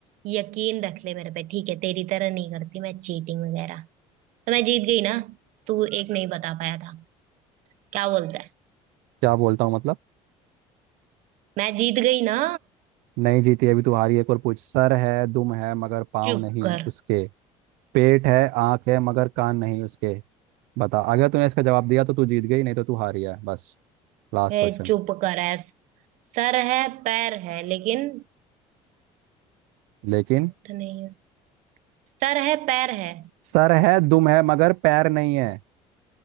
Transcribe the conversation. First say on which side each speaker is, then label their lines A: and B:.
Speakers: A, on the right; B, on the right.
A: यकीन रख ले मेरे पे ठीक है तेरी तरह नहीं करती मैं चीटिंग वगैरह तो मैं जीत गई ना तू एक नहीं बता पाया था क्या बोलता है
B: क्या बोलता हूँ मतलब
A: मैं जीत गई ना
B: नहीं जीती अभी तू हारी एक और पूछ सर है दुम है मगर पाँव
A: चुप
B: नहीं
A: कर
B: उसके पेट है आँख है मगर कान नहीं उसके बता अगर तूने इसका जवाब दिया तो तू जीत गई नहीं तो तू हारी है बस Last
A: है
B: question
A: चुप कर है सर है पैर है लेकिन
B: लेकिन
A: हाथ नहीं है सर है पैर है
B: सर है दुम है मगर पैर नहीं है